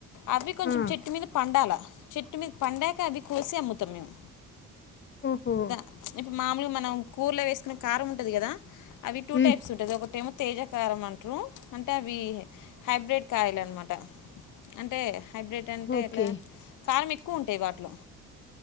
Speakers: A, on the left; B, on the left.
A: అవి కొంచెం
B: ఆ
A: చెట్టు మీద పండాల. చెట్టు మీద పండాక అది కోసి అమ్ముతం మేము.
B: ఓహో
A: ద చ్ మాములు మనం కూర్లో వేసుకునే కారం ఉంటది కదా. అవి టూ
B: ఉమ్,
A: టైప్స్ ఉంటాది ఒకటి ఏమో తేజకారం అంటారు అంటే అవి హైబ్రిడ్ కాయలు అనమాట అంటే హైబ్రిడ్ అంటే
B: ఓకే
A: ఎట్లా కార్ మీ తక్కువ ఉంటాయి వాటిలో